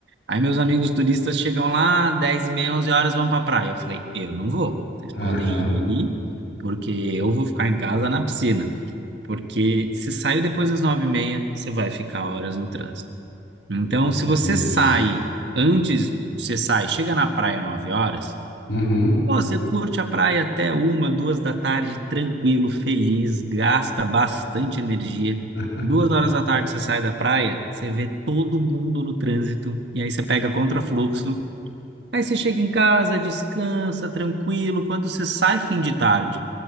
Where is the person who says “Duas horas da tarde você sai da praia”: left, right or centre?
Right